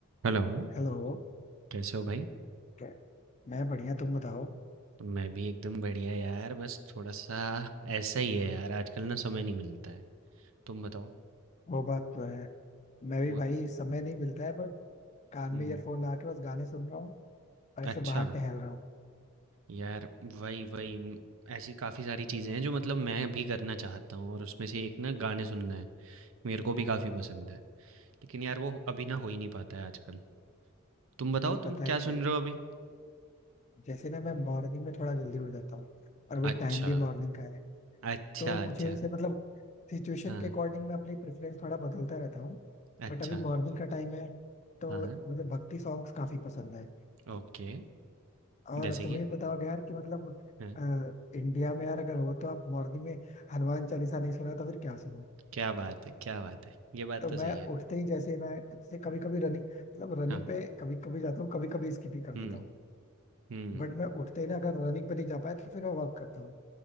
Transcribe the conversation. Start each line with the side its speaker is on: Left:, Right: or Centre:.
Right: Hello,
Left: Hello
Right: कैसे हो भाई?
Left: कै- मैं बढ़िया तुम बताओ
Right: मैं भी एकदम बढ़िया यार, बस थोड़ा-सा ऐसा ही है यार, आजकल ना समय नहीं मिलता है। तुम बताओ?
Left: वो बात तो है मैं भी
Right: वो
Left: भाई समय नहीं मिलता है बट कान
Right: हुँ,
Left: में ईयरफोन लगा के बस गाने सुन रहा हूँ और ऐसे
Right: अच्छा,
Left: बाहर टहल रहा हूँ
Right: यार वही वही उम, ऐसी काफ़ी सारी चीज़ें हैं जो मतलब मैं भी करना चाहता हूँ और उसमें से एक ना गाने सुनना है, मेरे को भी काफ़ी पसंद है। लेकिन यार वो अभी ना हो ही नहीं पाता है आजकल। तुम बताओ
Left: नहीं पता
Right: तुम क्या
Left: है क्या
Right: सुन
Left: है
Right: रहे हो अभी?
Left: जैसे ना मैं मॉर्निंग में थोड़ा जल्दी उठ जाता हूँ और अभी
Right: अच्छा,
Left: टाइम भी मॉर्निंग का है
Right: अच्छा,
Left: तो
Right: अच्छा।
Left: मुझे वैसे मतलब सिचुएशन
Right: हाँ,
Left: के अकॉर्डिंग मैं अपनी प्रेफरेंस थोड़ा बदलता रहता हूँ
Right: अच्छा,
Left: बट अभी मॉर्निंग का टाइम है तो
Right: हाँ,
Left: मुझे भक्ति सॉन्ग्स काफी पसंद है
Right: ओके।
Left: और
Right: जैसे
Left: तुम्हें
Right: कि?
Left: भी बताओगे यार कि मतलब
Right: हाँ,
Left: अ, इंडिया में यार अगर हो तो आप मॉर्निंग में हनुमान चालीसा नहीं सुना तो फिर क्या सुना
Right: क्या बात है, क्या बात है! ये बात
Left: तो
Right: तो
Left: मैं
Right: सही है।
Left: उठते ही जैसे मैं जैसे कभी कभी रनिंग मतलब रनिंग
Right: हाँ।
Left: पे कभी कभी जाता हूँ कभी कभी स्किप ही कर
Right: हुँ,
Left: देता हूँ
Right: हुँ।
Left: बट मैं उठते ही ना अगर रनिंग पे नहीं जा पाया तो फिर मैं वॉक करता हूँ